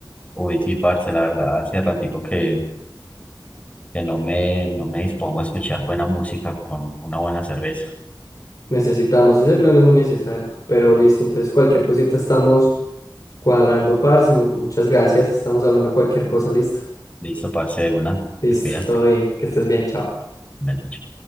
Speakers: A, on the left (about 15°); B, on the left (about 50°).
A: Uy, sí, parce, la verdad, hace ratico que, que no me, no me dispongo a escuchar buena música con una buena cerveza.
B: Necesitamos, ese plan es muy necesario, pero listo, entonces cualquier cosita estamos cuadrando, parce, mu- muchas gracias, estamos hablando cualquier cosa, listo,
A: Listo, parce, de una.
B: listo,
A: Te cuidas.
B: todo bien, que estés bien, chao.
A: Bueno, chao.